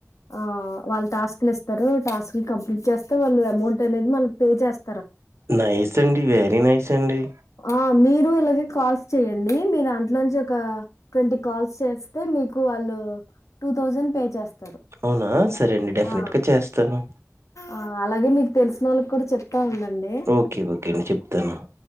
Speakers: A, on the left; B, on the right.
A: ఆ వాళ్ళు టాస్క్ లు ఇస్తారు టాస్క్ కంప్లీట్ చేస్తే వాళ్ళు అమౌంట్ అనేది మనకి పే చేస్
B: నైస్ అండి వెరీ నైస్ అండి
A: ఆ మీరు ఇలాగే కాల్స్ చెయ్యండి మీ దాంట్లో నుంచి ఒక ట్వంటీ కాల్స్ చేస్ అంటే మీకు వాళ్ళు టూ థౌజండ్ పే చేస్తారు
B: అవునా సరే అండి డెఫినెట్గా
A: ఆ
B: చేస్తాను
A: ఆ అలాగే మీకు తెలిసిన వాళ్ళకి కూడా చెప్ తు ఉండండి
B: ఓకే. ఓకే అండి. చెప్తాను.